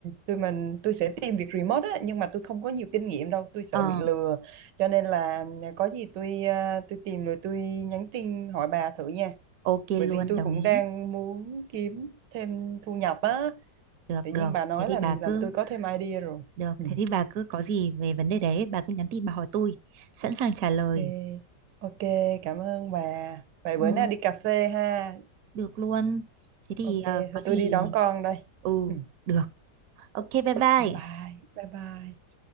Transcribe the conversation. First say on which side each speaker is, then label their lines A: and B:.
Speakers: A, on the right; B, on the right.
A: tôi mình tôi sẽ tìm việc remote á nhưng mà tôi không có nhiều kinh nghiệm đâu tôi sợ
B: Ờ,
A: bị lừa cho nên là có gì tôi ờ, tôi tìm rồi tôi nhắn tin hỏi bà thử nha
B: ok
A: bởi
B: luôn
A: vì tôi
B: đồng
A: cũng
B: ý
A: đang muốn kiếm thêm thu nhập á
B: Được,
A: tự
B: được.
A: nhiên bà nói
B: Thế thì
A: làm
B: bà
A: làm
B: cứ
A: tôi có thêm idea rồi
B: được,
A: ừ.
B: thế thì bà cứ có gì về vấn đề đấy, bà cứ nhắn tin bà hỏi tôi, sẵn sàng trả lời.
A: ok ok cảm ơn bà vậy bữa
B: Ừ,
A: nào đi cà phê ha
B: được luôn. Thế thì
A: ok
B: ờ, có
A: thôi
B: gì
A: tôi đi đón con đây
B: Ừ,
A: ừ.
B: được. Ok, bye bye.
A: thế bye bye bye bye